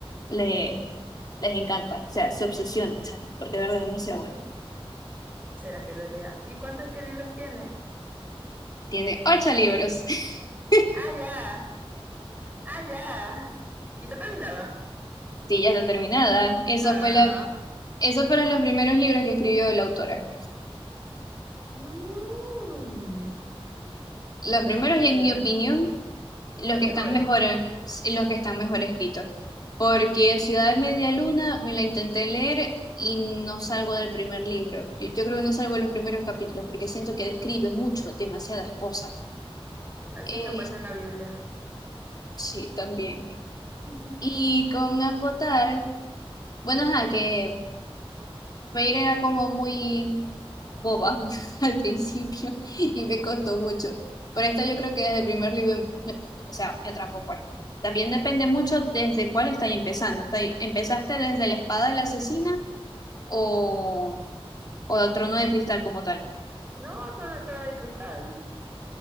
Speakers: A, on the left; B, on the right.
A: le, les encanta, o sea, se obsesionan, chama, porque de verdad es demasiado bueno.
B: ¿Será que lo lea? ¿Y cuántos qué libros tiene?
A: Tiene ocho libros. <laughs>
B: ¡Ah, ya! ¡Ah, ya! ¿Y está terminada?
A: Sí, ya está terminada. Esa
B: Ah.
A: fue la, esos fueron los primeros libros que escribió la autora.
B: Mm.
A: Los primeros,
B: Si quisiera,
A: y en mi opinión, los
B: los
A: que
B: mejores.
A: están mejor, los que están mejor escritos. Porque Ciudad de Media Luna me la intenté leer y no salgo del primer libro. Yo, yo creo que no salgo de los primeros capítulos porque siento que describe mucho, demasiadas cosas.
B: Así
A: Eh,
B: se puede hacer en la Biblia.
A: sí, también.
B: <laughs>
A: Y con acotar, bueno, ajá, que Reír era como muy boba <laughs> al principio y me costó mucho. por esta yo creo que desde el primer libro, me- o sea, me atrapó pues. También depende mucho desde cuál estáis empezando. ¿Estáis, empezaste desde la espada de la asesina o, o el trono de cristal como tal?
B: No, todo, todo de cristal.